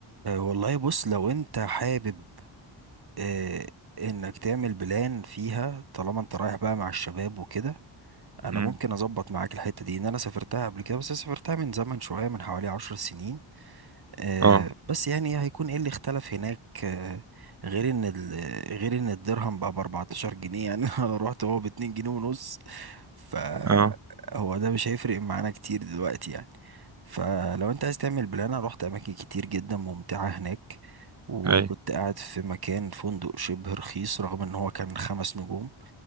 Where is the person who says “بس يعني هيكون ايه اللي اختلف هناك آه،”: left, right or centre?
Right